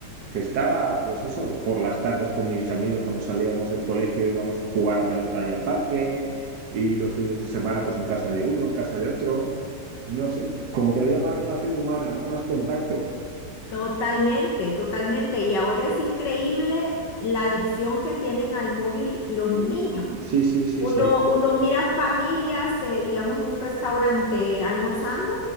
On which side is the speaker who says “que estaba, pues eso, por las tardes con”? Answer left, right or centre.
Right